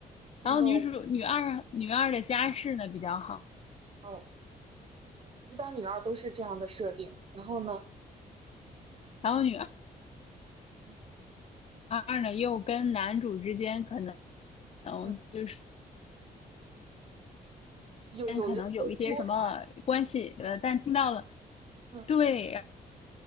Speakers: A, on the right; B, on the left.
A: o
B: 然后女主女二女二的家世呢比较好。
A: no，哦。一般女二都是这样的设定。然后呢，
B: 然后女二。
A: 嗯
B: 二呢，又跟男主之间可能，嗯，
A: 嗯，
B: 就是
A: 有有了一些纠缠，
B: 间可能有一些什么关系，呃，但听到了，
A: 嗯
B: 对，